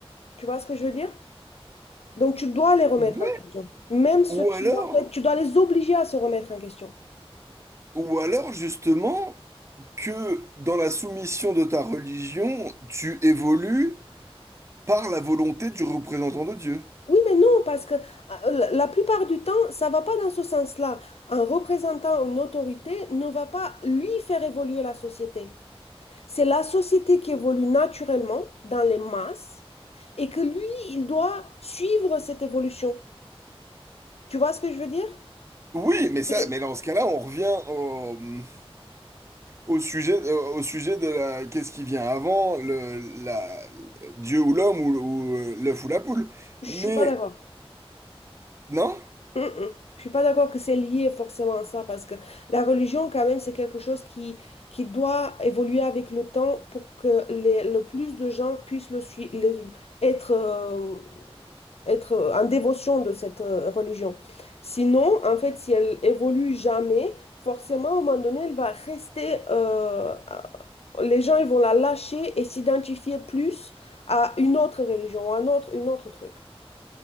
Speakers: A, on the left; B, on the right.
A: Tu vois ce que je veux dire? Donc, tu dois les remettre
B: Ouais.
A: en question. Même ceux
B: Ou
A: qui,
B: alors,
A: en fait, tu dois les obliger à se remettre en question.
B: ou alors justement que dans la soumission de ta religion, tu évolues par la volonté du représentant de Dieu.
A: Oui, mais non, parce que euh, la la plupart du temps, ça va pas dans ce sens-là. Un représentant, une autorité ne va pas lui faire évoluer la société. C'est la société qui évolue naturellement dans les masses et que lui, il doit suivre cette évolution. Tu vois ce que je veux dire?
B: Oui, mais
A: Je
B: ça, mais dans ce cas-là, on revient Au sujet, euh, au sujet de la, qu'est-ce qui vient avant, le, la, Dieu ou l'homme ou, ou, euh, l'œuf ou la poule.
A: je
B: Mais
A: suis pas d'accord.
B: non,
A: Mm, mm. Je suis pas d'accord que c'est lié forcément à ça parce que la religion quand même c'est quelque chose qui, qui doit évoluer avec le temps pour que les- le plus de gens puissent le, sui- le- être, euh, être en dévotion de cette euh, religion. Sinon, en fait, si elle évolue jamais, forcément à un moment donné, elle va rester, euh, à- les gens ils vont la lâcher et s'identifier plus à une autre religion, à un autre, une autre truc.